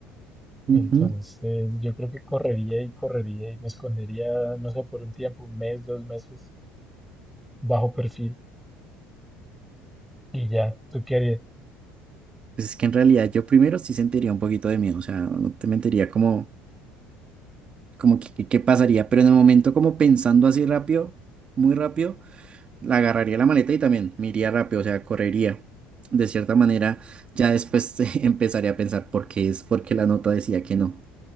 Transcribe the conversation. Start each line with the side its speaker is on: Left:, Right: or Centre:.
Centre: Entonces
Right: Ujú.
Centre: yo creo que correría y correría y me escondería, no sé, por un tiempo, un mes, dos meses, bajo perfil y ya, ¿tú qué harías?
Right: Pues es que en realidad yo primero sí sentiría un poquito de miedo, o sea, no te mentiría como, como que, que- qué pasaría, pero en el momento como pensando así rápido, muy rápido, la agarraría la maleta y también me iría rápido, o sea, correría. De cierta manera, ya después <laughs> eh, empezaría a pensar por qué es, porque la nota decía que no.